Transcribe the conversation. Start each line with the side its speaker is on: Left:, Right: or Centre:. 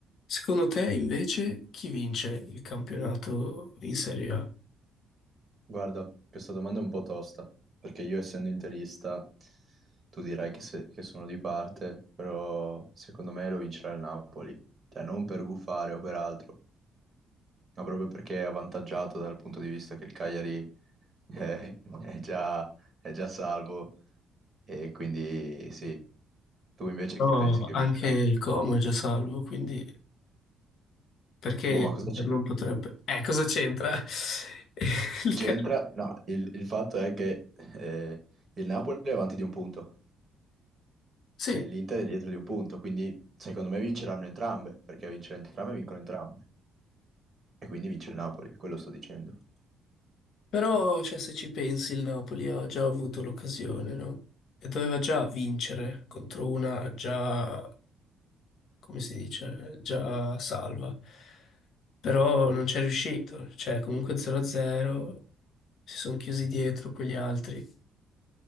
Left: Secondo te, invece, chi vince il campionato in Serie A?
Right: Guarda, questa domanda è un po' tosta, perché io essendo interista, tu dirai che, se- che sono di parte, però secondo me lo vincerà il Napoli. Cioè non per gufare o per altro, ma proprio perché è avvantaggiato dal punto di vista che il Cagliari <laughs> è, è già, è già salvo e quindi sì. Tu invece
Left: No,
Right: chi pensi che
Left: anche
Right: vincerà?
Left: il Como è già salvo, quindi perché
Right: Boh, ma
Left: l'Inter
Right: cosa c'è?
Left: non potrebbe? Eh, cosa c'entra? <laughs> Il
Right: C'entra?
Left: Ca-
Right: No, il, il fatto è che eh, il Napoli è avanti di un punto.
Left: Sì,
Right: e l'Inter è dietro di un punto, quindi secondo me vinceranno entrambe, perché a vincere entrambe vincono entrambe, e quindi vince il Napoli, quello sto dicendo.
Left: però cioè, se ci pensi il Napoli ha già avuto l'occasione, no? E doveva già vincere contro una già come si dice, già salva. Però non c'è riuscito, cioè comunque 0-0, si sono chiusi dietro quegli altri.